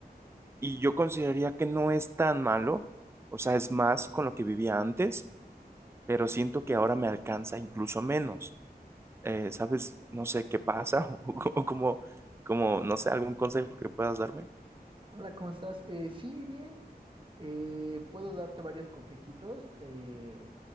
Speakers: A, on the right (about 15°); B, on the right (about 30°).
A: Y yo consideraría que no es tan malo, o sea, es más con lo que vivía antes, pero siento que ahora me alcanza incluso menos eh, ¿sabes? No sé qué pasa <laughs> o, co- o como, como, no sé, algún consejo que puedas darme.
B: Hola, ¿cómo estás? Eh, sí, bien. Eh, puedo darte varios consejitos. Eh,